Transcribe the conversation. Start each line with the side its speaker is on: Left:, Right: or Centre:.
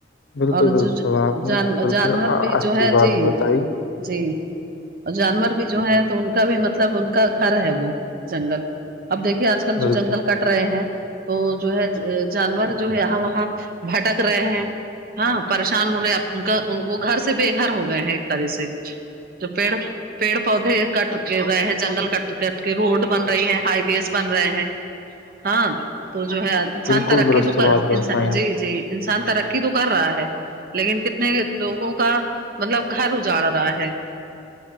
Left: بالکل
Right: اور
Left: بالکل
Right: جو
Left: آپ نے
Right: جان
Left: بالکل
Right: جانور بھی
Left: اچھی
Right: جو ہے
Left: بات
Right: جی
Left: بتائی
Right: جی اور جانور بھی جو ہے تو ان کا بھی مطلب ان کا گھر ہے وہ جنگل اب دیکھیے آج کل
Left: بالکل
Right: جو جنگل کاٹ رہے ہیں تو جو ہے جانور جو ہے یہاں وہاں بھٹک رہے ہیں ہاں پریشان ہو رہے ہیںپ ان کا وہ گھر سے بے گھر ہو گئے ہیں ایک طرح سے جو پیڑ پیڑ پودے کٹ کے رہئے ہے جنگل کٹ کٹ کے روڈ بن رہی ہے ہائی ویز بن رہے ہیں ہاں تو جو ہے انسان
Left: بالکل
Right: ترقی
Left: درست
Right: تو انان
Left: بات بتائی
Right: جی جی انسان ترقی تو کر رہا ہے لیکن کتنے لوگوں کا مطلب گھر اجاڑ رہا ہے